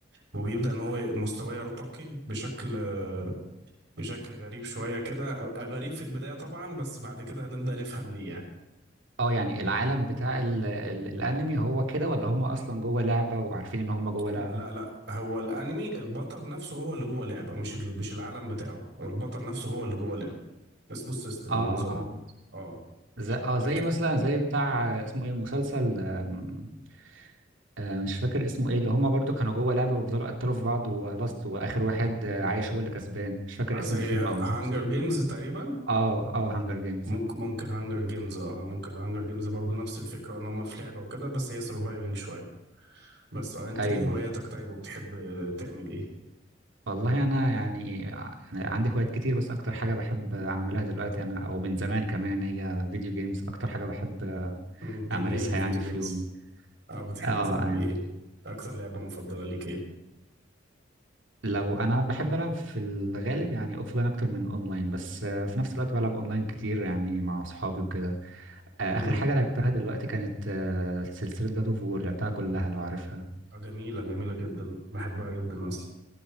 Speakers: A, on the right; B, on the right.
A: وبيبدأ ان هو مستواه يرتقي بشكل آه، بشكل غريب شويه كده غريب في البدايه طبعا بس بعد كده هنبدأ نفهم ليه يعني
B: اه يعني العالم بتاع ال ال الانمي هو كده ولا هم اصلا جوه لعبه وعارفين ان هم جوه
A: لا
B: لعبه
A: لا لا هو الانمي البطل نفسه هو اللي جوه لعبه مش ال- مش العالم بتاعه هو البطل نفسه هو اللي جوه لعبه اسمه السيستم
B: اه
A: النظام
B: اه
A: اه
B: زي اه
A: لكن
B: زي مثلا زي بتاع آه، اسمه ايه مسلسل آم، آه، مش فاكر اسمه ايه اللي هما برضو كانوا جوه لعبة وفضلوا قتلوا في بعض ولاست واخر واحد آه، عايش هو اللي كسبان مش فاكر اسم
A: زي
B: الفيلم او المسلسل
A: هانجر جيمز تقريبا
B: اه اه هانجر جيمز
A: ممكن ممكن هانجر جيمز اه ممكن هانجر جيمز برضو نفس الفكره ان هم في لعبه وكده بس هي سرفايفنج شويه بس اه انت
B: ايوه
A: ايه هواياتك طيب وبتحب تعمل ايه
B: والله انا يعني ع- يعني عندي هوايات كتير بس اكتر حاجة بحب اعملها دلوقتي انا او من زمان كمان هي فيديو جيمز اكتر حاجة بحب
A: مم، جميل
B: امارسها
A: الفيديو
B: يعني
A: جيمز
B: في يومي
A: اه بتحب
B: اه
A: تلعب
B: يعني
A: ايه اكتر لعبه مفضله ليك ايه
B: لو انا بحب العب في الغالب يعني اوفلاين اكتر من الاونلاين بس آه، في نفس الوقت بلعب اونلاين كتير يعني مع اصحابي وكده آه،
A: امم
B: اخر حاجه لعبتها دلوقتي كانت آه، سلسله جاد اوف وور لعبتها كلها لو عارفها
A: اه جميله جميله جدا بحبها جدا اصلا